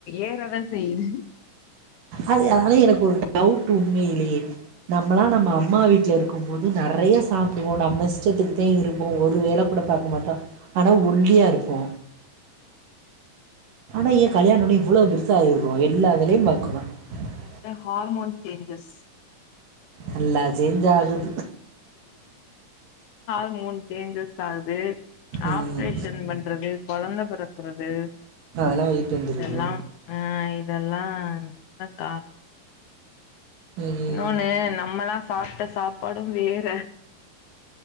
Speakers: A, on the left; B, on the right.
A: ஏறதான் செய்ணு
B: அது அதால எனக்கு ஒரு டவுட்டு உண்மயிலேயே நம்மலா நம்ம அம்மா வீட்லருக்கு போது நறையா சாப்டுவோ நம்ம இஷ்டத்துக்குதே இருப்போ ஒரு வேல கூட பாக்க மாட்டோ ஆனா ஒல்லியா இருப்போ ஆனா ஏ கல்யாணோணே இவ்ளோ பெருசா ஆயிட்றோ எல்லா வேலயு பாக்குறோ <unintelligible>
A: அதா ஹார்மோன் சேஞ்சஸ்
B: நல்லா சேஞ்சு ஆகுது
A: ஆர்மோன் சேஞ்சஸ் அ து
B: ம்
A: ஆப்ரேஷன் பண்றது கொலந்த பெறக்குறது
B: அதெல்லா வெயிட் வந்துருது
A: இதெல்லா அஹ் இதெல்லா அக்கா
B: ம்
A: இன்னொனு நம்மலா சாப்ட சாப்பாடும் வேற